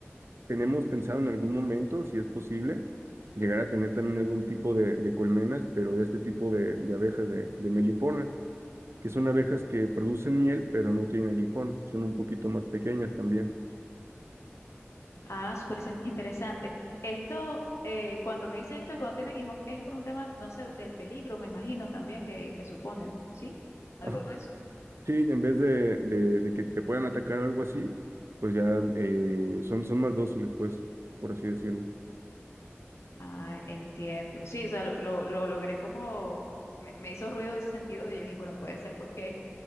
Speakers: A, on the right (about 65°); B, on the left (about 80°).
A: tenemos pensado en algún momento, si es posible, llegar a tener también algún tipo de, de colmenas, pero de este tipo de, de abejas de, de meliponas, que son abejas que producen miel, pero no tienen aguijón, son un poquito más pequeñas también.
B: Ah, súper sen- interesante. Esto, eh, cuando me dices esto, cuando tiene Gijón, es por un tema, no sé, del peligro, me imagino también que, que supone, ¿sí? Algo
A: <laughs>
B: de eso.
A: Sí, en vez de, de, de que te puedan atacar o algo así, pues ya eh, son, son más dóciles, pues, por así decirlo.
B: Ah, entiendo. Sí, o sea, lo, lo, lo logré como, me, me hizo ruido en ese sentido de yo dije, bueno, puede ser porque,